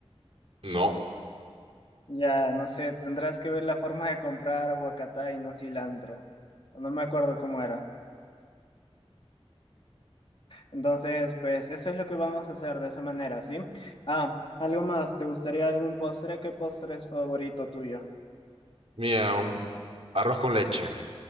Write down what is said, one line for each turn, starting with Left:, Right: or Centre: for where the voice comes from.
Right: No,
Left: Ya, no sé, tendrás que ver la forma de comprar huacatá y no cilantro. No me acuerdo cómo era. Entonces, pues eso es lo que vamos a hacer de esa manera, ¿sí? Ah, algo más, ¿te gustaría algún postre? ¿Qué postre es favorito tuyo?
Right: mira, un arroz con leche.